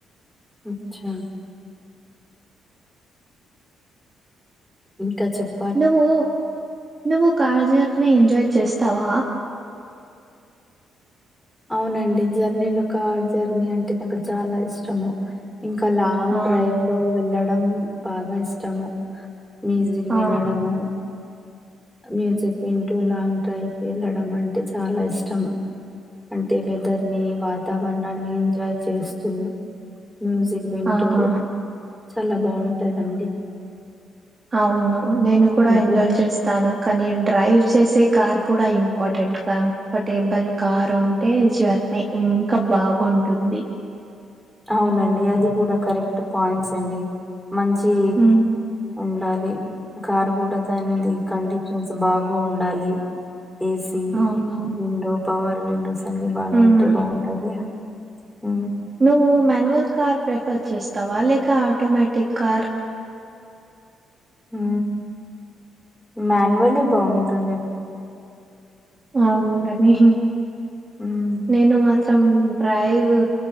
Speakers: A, in the centre; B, on the right.
A: అచ్చా ఇంకా చెప్పు
B: నువ్వు నువ్వు కార్ జీర్ని ఎంజాయ్ చేస్తావా
A: అవునండి జర్నీలో కార్ జర్నీ అంటే నాకు చాలా ఇష్టము ఇంకా లాంగ్
B: ఆ
A: డ్రైవ్ లో వెళ్ళడం బాగా ఇష్టము <unintelligible> మ్యూజిక్ వినడము
B: ఆ
A: మ్యూజిక్ వింటూ లాంగ్ డ్రైవ్ కి వెళ్ళడం అంటే చాలా ఇష్టం అంటే వెదర్ ని వాతావరణాన్ని ఎంజాయ్ చేస్తూ మ్యూజిక్ వింటూ
B: ఆహా
A: చాలా బాగుంటాందండి
B: అవును నేను కూడ
A: అంటే
B: ఎంజాయ్ చేస్తాను. కానీ డ్రైవ్ చేసే కార్ కూడా ఇంపార్టెంట్ కంఫర్టేబుల్ కార్ ఉ ఏం జత్మీ ఇంకా బాగుంటుంది
A: అవునండి అది కూడ కరెక్ట్ పాయింట్స్ అండి మంచి
B: మ్మ్.
A: ఉండాలి కారు గూడా దాని కండిషన్స్ బాగు ఉండాలి. ఏసీ,
B: అవును
A: విండో పవర్, విండోస్ అన్ని బాగా
B: మ్మ్
A: ఉంటే బాగుంటాది. ఊ
B: నువ్వు మాన్యువల్ కార్ ప్రిఫర్ చేస్తావా లేక ఆటోమేటిక్ కార్
A: ఊ మాన్యువలే బాగుంటుందండి.
B: అవును కాని <inaudible>
A: హ్మ్.
B: నేను మా సం డ్రైవు